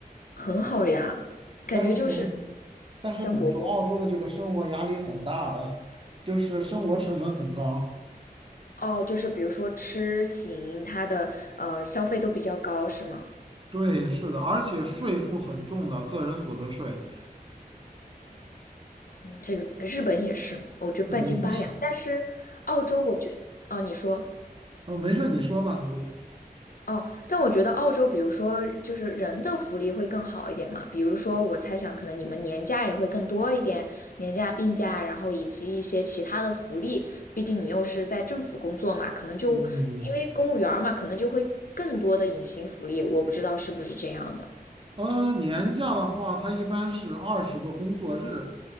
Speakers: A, on the left; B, on the right.
A: 很好呀，感觉就是
B: 但是。但是怎么说，
A: 香饽饽
B: 澳洲的这个生活压力很大的，就是生活成本很高。
A: 哦，就是比如说吃行，它的呃消费都比较高，是吗？
B: 对，是的，而且税负很重的，个人所得税。
A: 嗯，这个日本也是，我觉得半斤八两，
B: 日本也是。
A: 但是澳洲我觉得哦，你说。
B: 哦，没事你说吧，我。
A: 哦，但我觉得澳洲，比如说就是人的福利会更好一点嘛，比如说我猜想可能你们年假也会更多一点，年假、病假，然后以及一些其他的福利，毕竟你又是在政府工作嘛，可能就因
B: 嗯。
A: 为公务员儿嘛，可能就会更多的隐形福利，我不知道是不是这样的。
B: 呃，年假的话，它一般是二十个工作日。